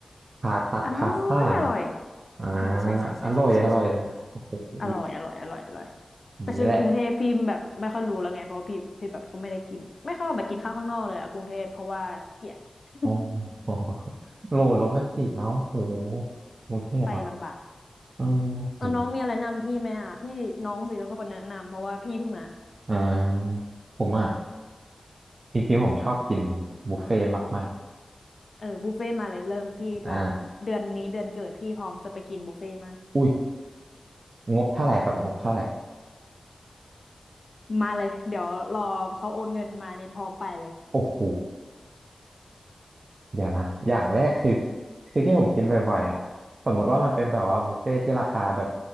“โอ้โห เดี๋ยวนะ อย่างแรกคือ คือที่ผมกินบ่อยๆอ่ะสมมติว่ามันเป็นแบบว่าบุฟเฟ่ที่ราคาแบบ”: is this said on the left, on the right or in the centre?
Right